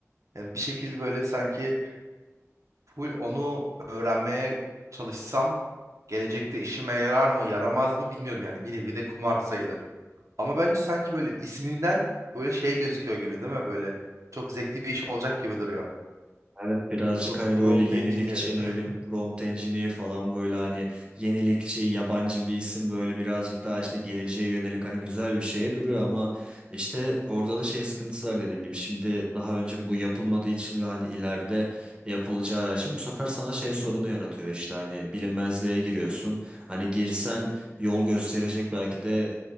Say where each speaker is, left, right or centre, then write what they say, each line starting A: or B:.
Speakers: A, on the right (about 70°); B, on the right (about 20°).
A: Yani bir şekilde böyle sanki Full onu öğrenmeye çalışsam gelecekte işime yarar mı yaramaz mı bilmiyorum yani bir nevi de kumar sayılır. Ama bence sanki böyle isminden böyle şey gözüküyor gibi değil mi böyle çok zevkli bir iş olacak gibi duruyor.
B: Evet birazcık
A: Pro-
B: hani
A: Prompt
B: böyle yenilikçi
A: Engineer. <laughs>
B: ne bileyim prompt engineer falan böyle hani yenilikçi yabancı bir isim böyle birazcık daha işte geleceğe yönelik hani güzel bir şeye duruyor ama işte orada da şey sıkıntısı var dediğin gibi şimdi daha önce bu yapılmadığı için ve hani ileride yapılacağı için bu sefer sana şey sorunu yaratıyor işte hani bilinmezliğe giriyorsun hani girsen yol gösterecek belki de